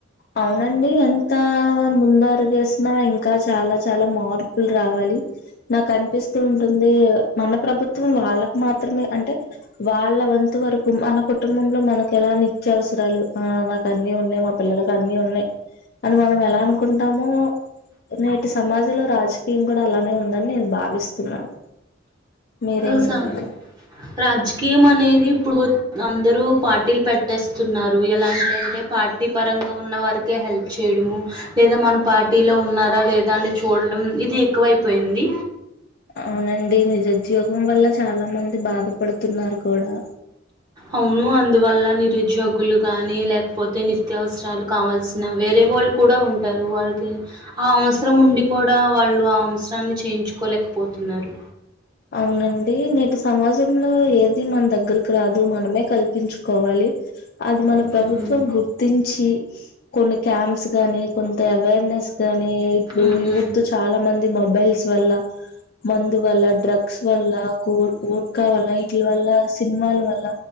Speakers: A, on the left (about 50°); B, on the right (about 20°).
A: అవునండి ఎంత ముందడు గేసినా ఇంకా చాలా చాలా మార్ లు రావాలి నాకు అనిపిస్తూ ఉంటుంది మన ప్రభుత్వం వాళ్ళకు మాత్రమే అంటే వాళ్ళ వంతు వరకు మన కుటుంబంలో మనకు ఎలా నిత్య అవసరాలు ఆ నాకు అన్నీ ఉన్నాయి మా పిల్లలకు ఇ అన్నీ ఉన్నాయి అది మనం ఎలా అనుకుంటామో నేటి సమాజంలో రాజకీయం కూడా అలానే ఉందని నేను భావిస్తున్నాను మీరేమంటారు
B: అసం రాజకీయం అనేది ఇప్పుడు అందరు పార్టీలు పెట్టేస్తున్నారు ఎలాంటింటే పార్టీ పరంగా ఉన్న వారికి కేే హెల్ప్ చేయడము లేద మన పార్టీలో ఉన్నారా లేదా అని చూడడం ఇది ఎక్కువైపోయింది
A: అవునండి నిరుద్యోగం వల్ల చాలా మంది బాధపడుతున్నారు కూడా
B: అవును అందువల్ల నిరుద్యోగులు గానీ లేకపోతే నిత్యావసరాలు కావాల్సిన వేరే వాళ్ళు కూడ ఉంటారు వాల్కి ఆ అవసరం ఉండి కూడా వాళ్ళు ఆ అవ్స్రన్ని చేయించుకోలేకపోతున్నారు
A: అవునండి నేటి సమాజంలో ఏది మన దగ్గరకి రాదు మనమే కల్ గుర్తించుకోవాలి అది మన
B: ఉమ్,
A: ప్రభుత్వం గుర్తించి కొన్ని క్యాంప్స్ గానీ కొంత అవేర్నెస్ కానీ ఇప్పుడు
B: ఉమ్.
A: యూత్ చాలా మంది మొబైల్స్ వల్ల మన్ అందువల్ల డ్రగ్స్ వల్ల గో ోర్కా వల్ల విటిల వల్ల సినిమాల వల్ల